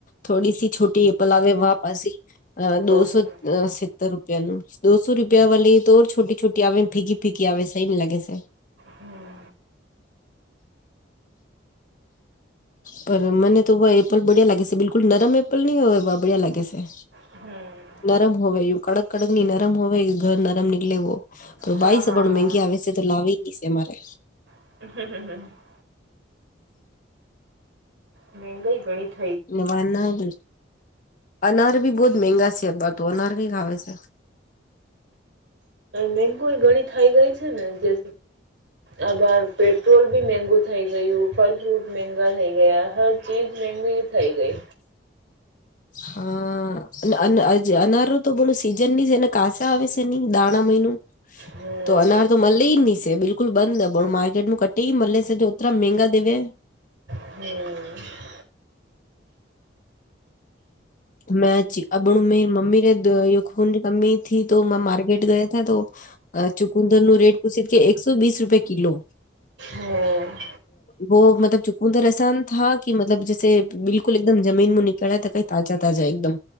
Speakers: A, on the left; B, on the right.
A: થોડી સી છોટી પલાવે વાપસી. અ દોસો
B: દોષ હતો.
A: અ અસી. સત્ત રૂપિયાનું દોસો રૂપિયા વાલી તોર છોટી છોટી આવેવે ફીકી ફીકી આવેવે સહી ન લાગે છે.
B: હમ્મ.
A: પર મને તો વા એપલ બડિયા લાગે છે બિલકુલ નરમ એપલ નહી હોય વા બડ્યા લાગે સા.
B: હમ્મ.
A: નરમ હોવે યું કડક કડક ન નરમ હોવે કે ઘર નરમ નિકલે વો.
B: હા
A: બાઇસ
B: હા
A: અબાણું મેંગી આવે છે તો લાવી નહી છે અમારે.
B: હ હ હ. મંંગાઈ ગણી
A: વા આ અનાર બી બોહત મેંગા છે તો અનાર કઈ ખાવ છે.
B: મેગુ ઘણી થાય ગઈ છે ને જે આગાર પેટ. ગોલ્ડ બી મેંગું થઈ ગયું. ફલ ફ્રૂટ મેંગા થઈ ગયા હર ચીજ મેંઘી થઈ ગઈ.
A: હા અને અન અનારો તો બોલું સીઝન ની છે ને કાસા આવે છે. ન દાણા મહિનું
B: હમ
A: તો અનાર તો મલે ની છે બિલકુલ. બિલકુલ બંધ અબાણું માર્કેટ નું કટે મળલે છે અતરા મેંગા દેવે.
B: હમ્મ.
A: મેં અબણું મે મમ્મી ને ખૂનની કમી થી તો માર્કેટ ગયા હતા તો. અ ચુકુંદર નું રેટ પૂછી કે એકસો વીસ રૂપિયા કિલો.
B: હમ્મ.
A: વ મતલબ ચુકુંધર અ સાન થા કે મતલબ જસે બિલકુલ એકદમ જમીનમાં નિકળ્યા ત કઈ તાજા. તાજા એકદમ